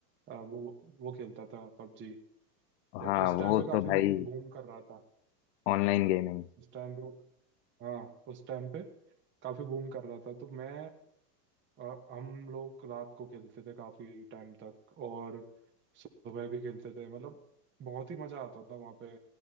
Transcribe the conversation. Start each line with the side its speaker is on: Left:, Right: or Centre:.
Right: अ, वो वो खेलता था पबजी तो
Left: हाँ
Right: उस
Left: वो
Right: टाइम पे काफी
Left: तो भाई
Right: वो बूम कर रहा था
Left: ऑनलाइन गेमिंग
Right: उस टाइम पे वो हाँ उस टाइम पे काफी बूम कर रहा था तो मैं अ, हम लोग रात को खेलते थे काफी टाइम तक और सुबह भी खेलते थे मतलब बहुत ही मजा आता था वहां पे